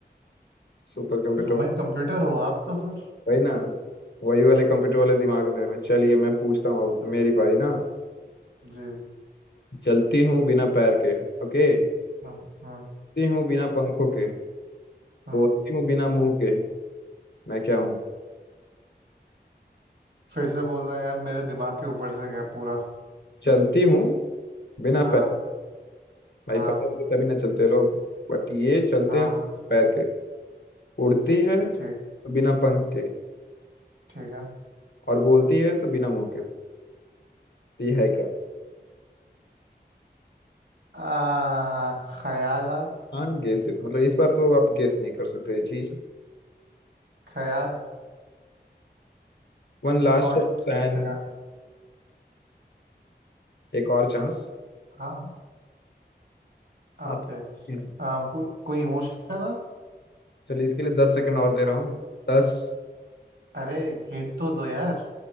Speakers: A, on the left; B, on the right.
A: Super computer
B: ह्यूमन कंप्यूटर हो आप तो फिर
A: वही ना वही वाले कंप्यूटर वाले दिमाग है मेरे में चलिए मैं पूछता हूँ अब मेरी पारी ना
B: जी
A: चलती हूँ बिना पैर के ओके
B: हाँ हाँ
A: उड़ती हूँ बिना पंखों के
B: हाँ
A: बोलती हूँ बिना मुंह के मैं क्या हूँ
B: फिर से बोलना यार मेरे दिमाग के ऊपर से गया पूरा
A: चलती हूँ बिना
B: हाँ
A: पैर भाई
B: हाँ
A: पैर के तभी ना चलते लोग बट ये चलते
B: हाँ
A: हैं
B: हाँ
A: पैर के उड़ती है तो
B: ठीक
A: बिना पंख के
B: ठीक है
A: और बोलती है तो बिना मुंह के तो ये है क्या
B: आ ख्यालात
A: कांट गेस इट मतलब इस बार तो आप गेस नहीं कर सकते ये चीज
B: ख्याल
A: One last
B: थॉट
A: chance and
B: ख्याल
A: एक और चांस
B: हाँ
A: हाँ
B: ओके
A: yeah.
B: आ, कोई कोई इमोशन ना?
A: चलिए इसके लिए दस सेकंड और दे रहा हूँ दस
B: अरे हिट तो दो यार